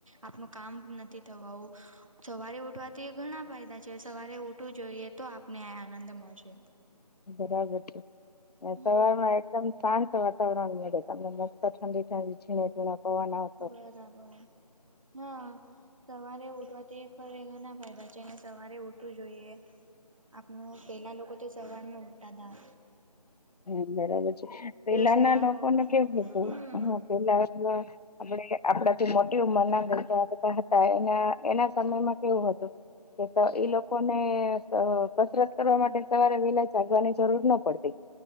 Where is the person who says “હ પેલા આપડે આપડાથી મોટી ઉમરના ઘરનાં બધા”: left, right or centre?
Left